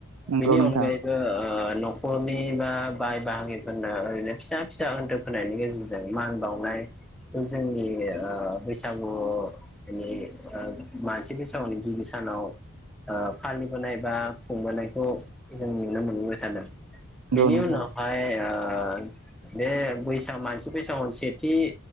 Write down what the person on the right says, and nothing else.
नंगौ
नोंथां
नंगौ
नोंथां